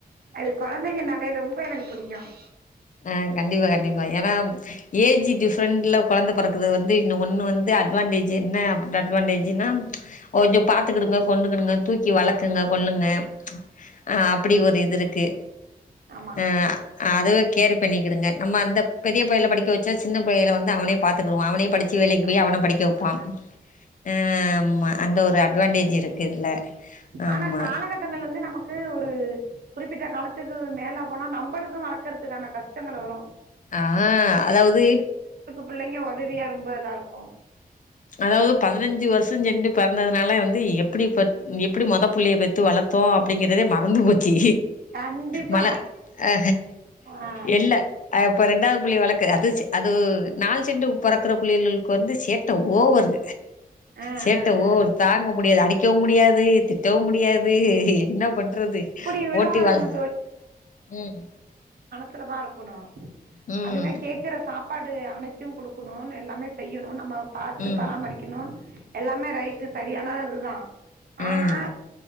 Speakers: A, on the right (about 75°); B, on the left (about 55°).
A: அது கொழந்தைங்க நாலே ரொம்ப எனக்கு புடிக்கும்
B: அ கண்டிப்பா கண்டிப்பா ஏன்னா ஏஜு டிஃப்ரெண்ட்ல கொழந்த பொறக்கறது வந்து இன்ன ஒண்ணு வந்து அட்வான்டேஜ் என்ன அட அட்வான்டேஜுனா கொஞ்சோ பாத்துக்குடுங்க கொண்டுக்குடுங்க தூக்கி வளக்குங்க கொல்லுங்க ஆ அப்படி ஒரு இது இருக்கு
A: ஆமா
B: ஆ அது கேர் பண்ணிடுங்க நம்ம அந்த பெரிய பயல படிக்க வச்சா சின்ன பயல வந்து அவனே பார்த்துக்குடுவா அவனே படிச்ச வேலைக்கு
A: ஆமா
B: போய் அவன படிக்க வைப்பான்
A: ஆ
B: ஆ ஆமா அந்த ஒரு அட்வான்டேஜ் இருக்குது இதுல ஆமா
A: ஆனா காலகட்டங்கள் வந்து நமக் கு ஒரு குறிப்பிட்ட காலத்துக்கு மேல போனா நம்மளுக்கும் வளர்க்கறதுக்கான கஷ்டங்கள் வரோ
B: ஆ அதாவது
A: பிள்ளைங்க ஒதவியா ரொம்ப இதா இருக்கோ
B: அதாவது பதினஞ்சு வருஷோ சென்று பெறந்ததுனால வந்து எப்படி எப்படி முத புள்ளய பெத்து வளத்தோ அப்படிங்கிறதே மறந்து போச் சு
A: கண்டிப்பா
B: மழ அ
A: ஆ
B: எல்ல இப்ப ரெண்டாவது புள்ளைய வளக்கு அது செ அது நாள் சென்று பொறக்கற புள்ளயுளுக்கு வந்து சேர்த் த ஓவரு
A: ஆ
B: சேட்டை
A: ஆ
B: ஓவரு
A: ஆ
B: தாங்க முடியாது அடிக்க அடிக்கவு முடியாது திட் டவு முடியாது என்ன பண்றது
A: இப்டி விடக்கூடாதுங்க
B: ஓட்டி வாழ் ம்
A: சுலதா இருக்கணோ
B: ம்
A: அதுங்க கேக்கற சாப் ப்பாடு அனைத்தையு குடுக்கணோ நா எல்லாமே செய்யணோ நம்ம பாத்து
B: ம்
A: பராமரிக்கணோ எல்லாமே ரைட்டு சரியான தா ஆனா
B: ம்